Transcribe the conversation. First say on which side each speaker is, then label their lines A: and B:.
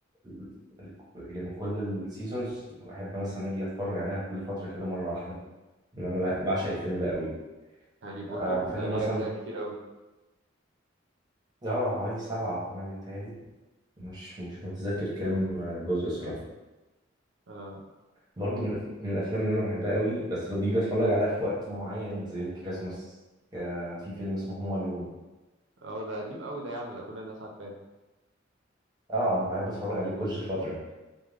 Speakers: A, on the right; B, on the right.
A: ال... ال... يعني كل السيزونز بحب مثلا اجي اتفرج عليها كل فتره كده مره واحده إن أنا ب-
B: م.
A: بعشق الفيلم ده قوي
B: هاري
A: آه
B: بوتر
A: فيلم
B: ده ليه
A: مثلا
B: اجزاء كتير قوي
A: اه حوالي سبعة أو ثمانية متهيألي مش مش متذكر كام جزء الصراحة
B: اه
A: برضو من الأف- من الافلام اللي انا بحبها قوي بس دي بتفرج عليها في وقت معين زي الكريسماس ك- في فيلم اسمه هوم الون
B: اه ده قديم قوي ده يا عم ده كل الناس عارفاه
A: اه انا بحب اتفرج عليه كل فتره